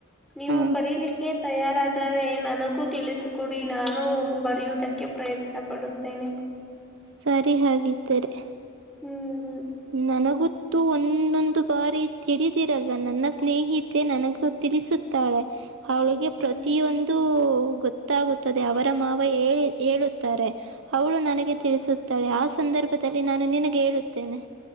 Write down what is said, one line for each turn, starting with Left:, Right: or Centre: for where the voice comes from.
Centre: ನೀವು
Right: ಹ
Centre: ಬರೀಲಿಕ್ಕೆ ತಯಾರಾದ ದರೆ ನನಗೂ ತಿಳಿಸುಕೊಡಿ ನಾನು ಬರೆಯುವುದಕ್ಕೆ ಪ್ರಯತ್ನ ಪಡುತ್ತೇನೆ.
Right: ಸರಿ ಹಾಗಿದ್ದರೆ.
Centre: ಹ್ಮ್
Right: ನನಗುತ್ತು ಒಂದೊಂದು ಬಾರಿ ತಿಡಿದಿರಲ್ಲ ನನ್ನ ಸ್ನೇಹಿತೆ ನನಗ ತಿಳಿಸುತ್ತಾಳೆ ಅವಳಿಗೆ
Centre: ಹ್ಮ್
Right: ಪ್ರತಿಯೊಂದು. ಗೊತ್ತಾಗುತ್ತದೆ ಅವರ ಮಾವ ಹೇಳಿ ಹೇಳುತ್ತಾರೆ. ಅವಳು ನನಗೆ
Centre: ಅದೇ.
Right: ತಿಳಿಸುತ್ತಾಳೆ ಆ ಸಂದರ್ಭದಲ್ಲಿ ನಾನು ನಿನಗೆ ಹೇಳುತ್ತೇನೆ.